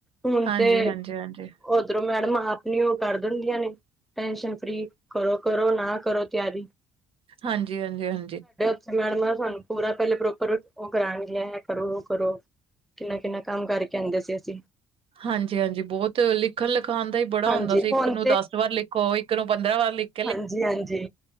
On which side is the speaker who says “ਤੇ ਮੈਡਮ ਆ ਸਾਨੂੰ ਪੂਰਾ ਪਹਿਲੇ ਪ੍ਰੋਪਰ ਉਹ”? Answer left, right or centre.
Centre